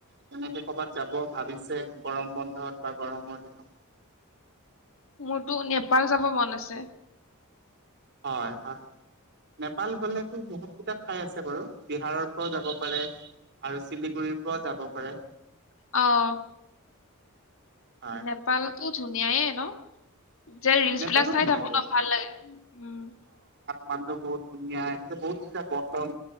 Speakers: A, on the right; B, on the left.
A: তেনেকে ক'বাত যাব ভাবিছে গৰম বন্ধত বা গৰমৰ দিনত।
B: মোৰতো নেপাল যাব মন আছে।
A: হয়, হয়, নেপাল গ'লেতো বহুত কেইটা ঠাই আছে বাৰু। বিহাৰৰ পৰাও যাব পাৰে, আৰু চিলিগুৰিৰ পৰাও যাব পাৰে।
B: অ',
A: হয়
B: নেপাল কি ধুনিয়ে ন? যে ৰিলছবিলাক
A: নেপালো
B: চাই
A: ধুনীয়া
B: থাকো
A: বহুত
B: ন' ভাল লাগে, উম,
A: মানুহ বহুত ধুনিয়া এ বহত বৰ্তন।